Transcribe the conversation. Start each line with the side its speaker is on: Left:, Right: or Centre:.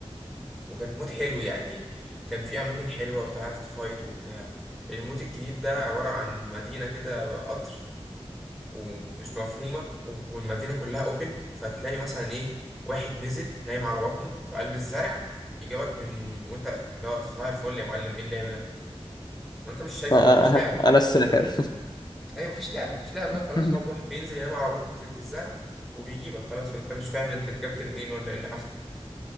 Centre: وكان مود حلو يعني كان في اماكن حلوه وتعرف تفايت وبتاع المود الجديد ده عباره عن مدينه كده قطر ومش مفهومه والمدينه كلها اوبن فتلاقي مثلا ايه واحد نزل نايم على بطنه في قلب الزرع يجابك من وانت اللي هو صباح الفل يا معلم ايه اللعب ده وانت مش شايفه
Left: <laughs>
Centre: بقى مفيش لعب
Left: أنا الساحر
Centre: ايوه مفيش لعب مفيش لعب بقى
Left: <laughs>
Centre: خلاص هو واحد بينزل ينام على بطنه في, في الزرع وبيجيبك خلاص وانت مش فاهم انت جبت منين ولا ايه اللي حصل